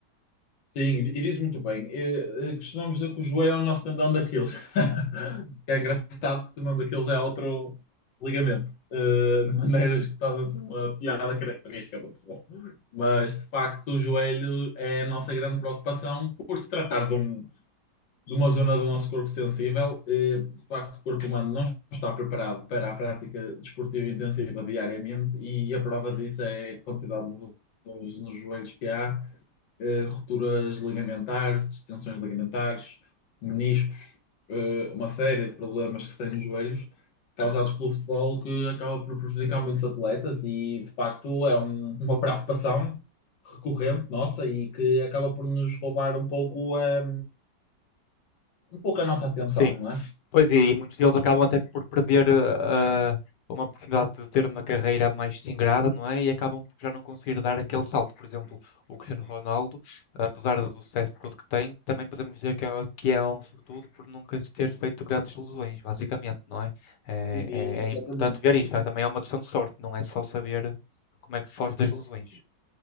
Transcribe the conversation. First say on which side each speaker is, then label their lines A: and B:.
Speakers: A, on the left; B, on the left.
A: Sim, e diz muito bem. Eh, eh, Costumamos dizer que o joelho é o nosso tendão daquilo. <laughs> Que é engraçado que o tendão daquilo é outro ligamento. Eh, de maneiras que torna-se uma piada característica do futebol. Mas, de facto, o joelho é a nossa grande preocupação por se tratar de, um- de uma zona do nosso corpo sensível. Eh, de facto, o corpo humano não está preparado para a prática desportiva intensiva diariamente e a prova
B: Uhum.
A: disso é a quantidade de lesões nos joelhos que há eh, rupturas ligamentares, distensões ligamentares, meniscos, eh, uma série de problemas que se têm nos joelhos, causados pelo futebol, que acaba por prejudicar muitos atletas e, de facto, é um- uma preocupação recorrente nossa e que acaba por nos roubar um pouco, eh, um pouco a nossa atenção,
B: Sim.
A: não é?
B: Pois é, e muitos deles acabam até por perder eh, a- uma oportunidade de ter uma carreira mais singrada, não é? E acabam por já não conseguir dar aquele salto. Por exemplo, o Cristiano Ronaldo, apesar do sucesso todo que tem, também podemos dizer que é, que é um sortudo por nunca se ter feito grandes lesões, basicamente, não é? É,
A: E,
B: é-
A: exatamente.
B: é importante ver isto. Também é uma questão de sorte, não é só saber como é que se foge das lesões,